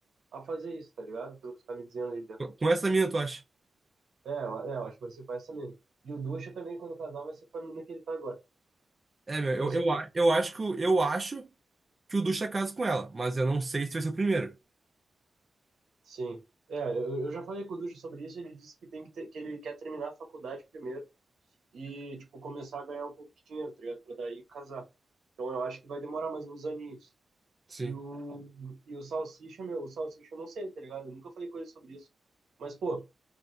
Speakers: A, on the right; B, on the right.
A: a fazer isso, tá ligado? Pelo que você tá me dizendo aí dentro.
B: Com essa mina, tu acha?
A: É, eu- é, eu acho que vai ser com essa mina. E o Ducha também, quando casar, vai ser com a mina que ele tá agora.
B: É, meu, eu,
A: Com
B: eu,
A: certeza.
B: a- eu acho que o- eu acho que o Ducha casa com ela, mas eu não sei se vai ser o primeiro.
A: Sim. É, eu, eu já falei com o Ducha sobre isso, ele disse que tem que ter, que ele quer terminar a faculdade primeiro e, tipo, começar a ganhar um pouco de dinheiro, tá ligado? Pra daí casar. Então eu acho que vai demorar mais uns aninhos.
B: Sim.
A: E o, e o Salsicha, meu, o Salsicha eu não sei, tá ligado? Eu nunca falei com ele sobre isso. Mas, pô,